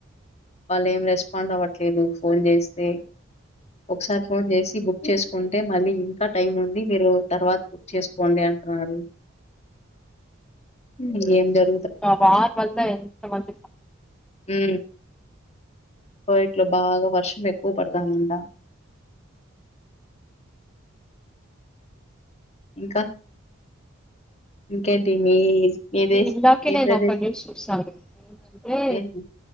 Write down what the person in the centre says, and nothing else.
<unintelligible> ఎంత మంచి
ఇందాకే
నేను
ఒక న్యూస్ చూశాను ఏందంటే